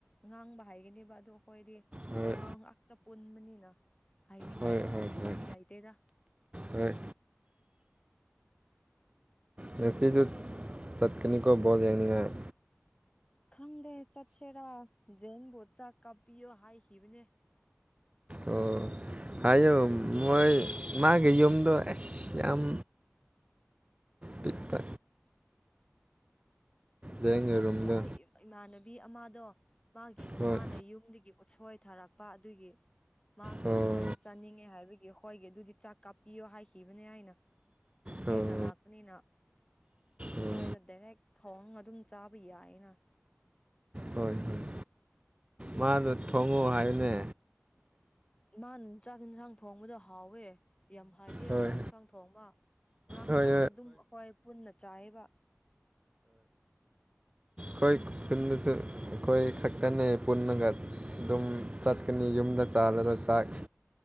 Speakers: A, on the left (about 20°); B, on the right (about 25°).
A: ꯉꯥꯡꯕ ꯍꯩꯒꯅꯦꯕ ꯑꯗꯨ ꯑꯩꯈꯣꯏꯗꯤ
B: ꯍꯣꯏ
A: ꯇ꯭ꯔꯚꯦꯜ ꯉꯥꯛꯇ ꯄꯨꯟꯕꯅꯤꯅ ꯍꯩꯅꯤꯡꯉꯥꯏ
B: ꯍꯣꯏ ꯍꯣꯏ
A: ꯂꯝꯕꯤ
B: ꯍꯣꯏ
A: ꯂꯩꯇꯦꯗ
B: ꯍꯣꯏ ꯉꯥꯁꯤꯁꯨ ꯆꯠꯀꯅꯤ ꯀꯣ ꯕꯣꯜ ꯌꯦꯡꯅꯤ ꯉꯥꯏ
A: ꯈꯪꯗꯦ ꯆꯠꯁꯦꯔꯥ ꯖꯤꯡꯕꯨ ꯆꯥꯛ ꯀꯥꯄꯤꯌꯣ ꯍꯥꯏꯈꯤꯕꯅꯦ
B: ꯑꯣ ꯍꯥꯏꯌꯣ ꯃꯣꯏ ꯃꯥꯒꯤ ꯌꯨꯝꯗꯣ ꯑꯁ ꯌꯥꯝ ꯄꯤꯛꯄ ꯖꯦꯡꯒꯤ
A: ꯆꯥꯛ ꯀꯥꯞꯄꯤ
B: ꯔꯨꯝꯗꯣ
A: ꯍꯥꯏ ꯏꯃꯥꯟꯅꯕꯤ ꯑꯃꯗꯣ ꯃꯥꯒꯤ ꯃꯃꯥꯅ
B: ꯍꯣꯏ
A: ꯌꯨꯝꯗꯒꯤ ꯎꯠꯁꯣꯏ ꯊꯥꯔꯛꯄ ꯑꯗꯨꯒꯤ ꯃꯥꯁꯨ
B: ꯑꯣ
A: ꯎꯠꯁꯣꯏꯗꯣ ꯆꯥꯅꯤꯡꯉꯦ ꯍꯥꯏꯕꯒꯤ ꯍꯣꯏꯒꯤ ꯑꯗꯨꯗꯤ ꯆꯥꯛ ꯀꯥꯞꯄꯤꯌꯣ ꯍꯥꯏꯈꯤꯕꯅꯦ ꯍꯥꯏꯅ ꯊꯦꯡꯅ
B: ꯑꯣ
A: ꯂꯥꯛꯄꯅꯤꯅ ꯎꯁꯣꯏꯗꯣ
B: ꯑꯣ
A: ꯗꯥꯏꯔꯦꯛ ꯊꯧꯔꯉ ꯑꯗꯨꯝ ꯆꯥꯕ ꯌꯥꯏꯌꯦꯅ
B: ꯍꯣꯏ ꯍꯣꯏ ꯃꯥꯗꯣ ꯊꯣꯡꯉꯣ ꯍꯥꯏꯌꯨꯅꯦ
A: ꯃꯥ ꯆꯥꯛ ꯌꯦꯟꯁꯥꯡ ꯊꯣꯡꯕꯗꯣ ꯍꯥꯎꯋꯦ ꯌꯥꯝ ꯍꯩꯌꯦ
B: ꯍꯣꯏ
A: ꯆꯥꯛ ꯏꯟꯁꯥꯡ ꯊꯣꯡꯕ ꯃꯔꯛ
B: ꯍꯣꯏ
A: ꯃꯔꯛꯇ
B: ꯍꯣꯏ
A: ꯑꯗꯨꯝ ꯑꯩꯈꯣꯏ ꯄꯨꯟꯅ ꯆꯥꯏꯌꯦꯕ
B: ꯀꯣꯏ ꯈꯨꯟ ꯀꯣꯏ ꯈꯥꯛꯛꯇꯅꯦ ꯄꯨꯟꯅꯟꯅ ꯉꯗ ꯑꯗꯨꯝ ꯆꯠꯀꯅꯤ
A: ꯑꯣ
B: ꯌꯨꯝꯗ ꯆꯥꯜꯂꯔ ꯆꯥꯛ